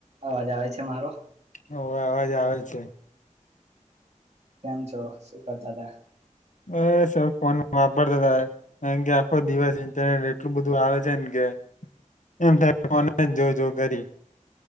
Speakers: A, on the right; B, on the left.
A: અવાજ આવે છે મારો
B: હોવે અવાજ આવે છે
A: કેમ છો શું કરતા હતા
B: અ સર ફોન વાપરતા હતા કાર કે આખો દિવસ ઇન્ટરનેટ એટલું બધું આવે છે ને કે એમ થ ફોન જોજ કરી